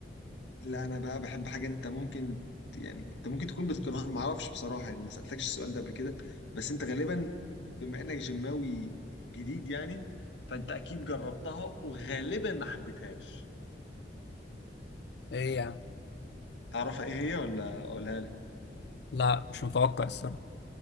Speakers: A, on the left; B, on the left.
A: لا انا بقى بحب حاجه انت ممكن ت- يعني انت ممكن تكون بتكرهها ما اعرفش بصراحه يعني ما سالتكش السؤال ده قبل كده بس انت غالبا بما انك جماوي جديد يعني فانت اكيد جربتها وغالبا ما حبيتهاش
B: ايه يا عم
A: تعرف ايه هي ولا اقولها لك
B: لا مش متوقع الصراحة